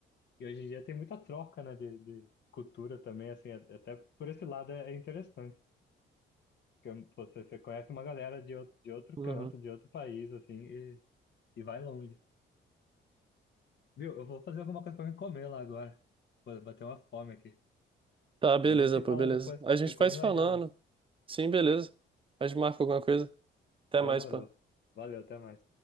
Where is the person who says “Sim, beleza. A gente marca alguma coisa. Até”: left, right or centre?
Right